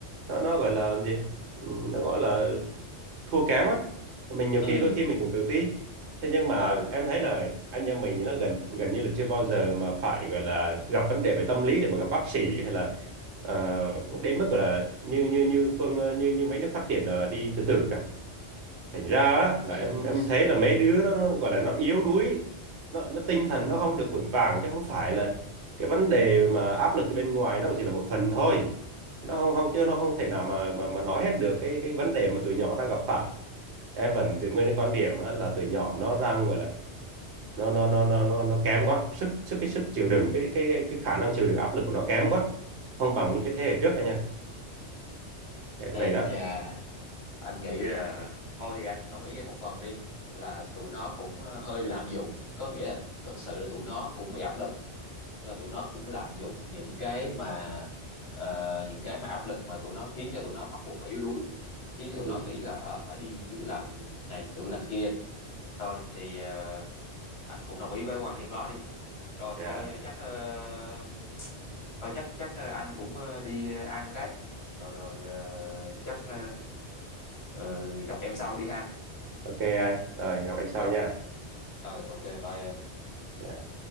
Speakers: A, on the right; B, on the left.
A: nó nó gọi là gì Ừ, nó gọi là thua kém á mình nhiều
B: ừ
A: khi đôi khi mình cũng tự ti thế nhưng mà
B: ừ
A: em thấy là anh em mình nó gần gần như là chưa bao giờ mà phải gọi là gặp vấn đề về tâm lý để mà gặp bác sĩ hay là ờ, đến mức gọi là như như như phương ờ, như như mấy nước phát triển là đi tự tử cả thành ra á, là
B: thì
A: em em thấy là mấy đứa đó nó gọi là nó yếu đuối nó nó tinh thần nó không được vững vàng chứ không phải là cái vấn đề mà áp lực từ bên ngoài nó cũng chỉ là một phần thôi nó không không chứ nó không thể nào mà mà mà nói hết được cái cái vấn đề mà tụi nhỏ đang gặp phải em vẫn giữ nguyên cái quan điểm á, là tụi nhỏ nó đang gọi là nó nó nó nó nó nó kém quá sức sức cái sức chịu đựng cái cái cái khả năng chịu đựng áp lực của nó kém quá không bằng những cái thế hệ trước anh nha vậy
B: Ê
A: đó
B: chà, anh nghĩ là thôi thì anh cũng đồng ý với em một phần đi là tụi nó cũng ờ, hơi lạm dụng, có nghĩa là thực sự là tụi nó cũng bị áp lực nhưng mà tụi nó cũng lạm dụng những cái mà ờ, những cái mà áp lực mà tụi nó khiến cho tụi nó bắt buộc phải yếu đuối khiến cho
A: Ừ.
B: tụi nó nghĩ là ờ, phải đi chữa lành này chữa lành kia thôi thì ờ, anh cũng đồng ý với quan điểm đó đi rồi
A: yeah.
B: thôi ờ, chắc ờ, thôi chắc chắc ờ, anh cũng ờ, đi ờ, ăn cái rồi rồi ờ, chắc ờ, ờ, gặp em sau đi ha
A: ok anh rồi gặp anh sau
B: rồi
A: nha
B: ờ uh, ok bye em
A: Dạ.